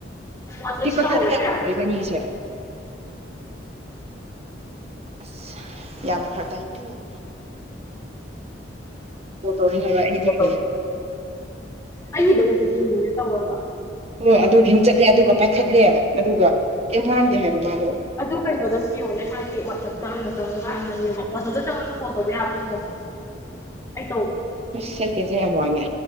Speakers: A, on the left (about 15°); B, on the right (about 35°).
A: ꯋꯥꯆꯞ
B: <unintelligible> ꯑꯗꫭ
A: ꯇꯧꯔꯣ
B: ꯏꯕꯥꯏꯅꯤꯒꯤꯁꯦ ꯑꯁ ꯌꯥꯝꯅ ꯐꯔꯛꯇ ꯍꯥꯏꯕꯤꯇꯨ <unintelligible> ꯀꯣꯜ ꯇꯧꯔꯦ ꯍꯥꯏꯕ ꯑꯩ ꯑꯗꯨꯒꯤ
A: ꯑꯣ ꯑꯩꯒꯤꯗꯛꯇꯗꯤ ꯌꯦꯡꯉꯨꯅꯦ ꯇꯧꯔꯒ <unintelligible>
B: ꯑꯣ ꯑꯗꯨ ꯂ꯭ꯔꯤꯡ ꯆꯠꯂꯦ ꯑꯗꯨꯒ ꯄꯥꯏꯈꯠꯂꯦ ꯑꯗꯨꯒ ꯀꯩꯝ ꯉꯥꯡꯗꯦ ꯍꯥꯏꯕ ꯃꯥꯗꯣ
A: ꯑꯗꯨ ꯀꯩꯅꯣꯗ ꯌꯦꯡꯉꯣꯅꯦ ꯍꯥꯏꯗꯤ ꯋꯥꯆꯞꯇꯪꯅ ꯆꯪꯉꯒ ꯍꯥꯟꯅ ꯌꯦꯡꯉꯣ ꯋꯥꯆꯞ ꯆꯪꯉꯒ ꯐꯣꯟ ꯇꯧꯕ ꯌꯥꯕ꯭ꯔ ꯌꯦꯡꯉꯣꯕ ꯑꯩ ꯇꯧꯒꯦ
B: ꯑꯩꯁ ꯑꯩ ꯇꯦꯟꯁꯟ ꯌꯥꯝ ꯋꯥꯡꯉꯦ